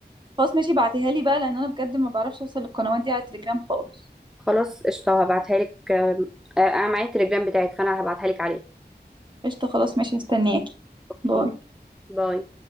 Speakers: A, on the right; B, in the centre.
A: خلاص ماشي بعتيها لي بقى لان انا بجد ما بعرفش اوصل للقنوات دي على تليجرام خالص
B: خلاص قشطه هبعتها لك آم، آه، انا معايا التليجرام بتاعك فانا هبعتها لك عليه
A: قشطة خلاص ماشي مستنياكي
B: اوكي
A: باي
B: باي